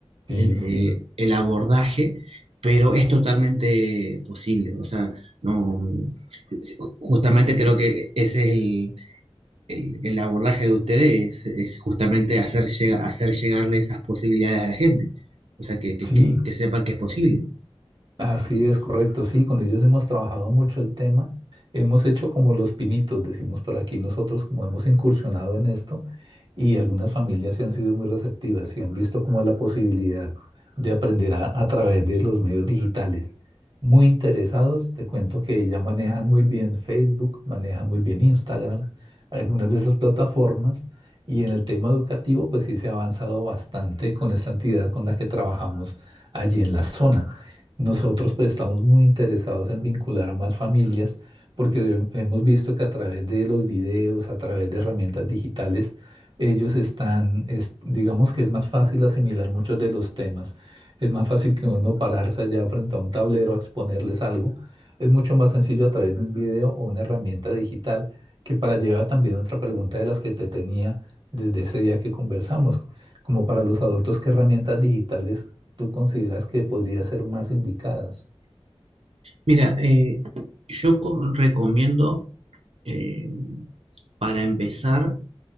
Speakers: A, on the right; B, on the right.
A: Sí,
B: en, eh,
A: sí.
B: el abordaje, pero es totalmente posible. O sea, no, ju- justamente creo que ese es el, el- el abordaje de ustedes, es, es justamente hacer, llega- hacer llegarle esas posibilidades a la gente. O sea, que, que,
A: Sí,
B: que- que sepan que es posible.
A: Así
B: Así.
A: es correcto, sí, con ellos hemos trabajado mucho el tema, hemos hecho como los pinitos, decimos por aquí nosotros, como hemos incursionado en esto y algunas familias se han sido muy receptivas y han visto como la posibilidad de aprender a, a través de los medios digitales. Muy interesados, te cuento que ya manejan muy bien Facebook, manejan muy bien Instagram, algunas de esas plataformas y en el tema educativo pues sí se ha avanzado bastante con esta entidad con la que trabajamos allí en la zona. Nosotros pues estamos muy interesados en vincular a más familias porque de- hemos visto que a través de los videos, a través de herramientas digitales, ellos están, es- digamos que es más fácil asimilar muchos de los temas. Es más fácil que uno pararse allá frente a un tablero a exponerles algo. Es mucho más sencillo a través de un video o una herramienta digital que para llevar también otra pregunta de las que te tenía desde ese día que conversamos, como para los adultos, ¿qué herramientas digitales tú consideras que podrían ser más indicadas?
B: Mira, eh, yo co- recomiendo eh, para empezar,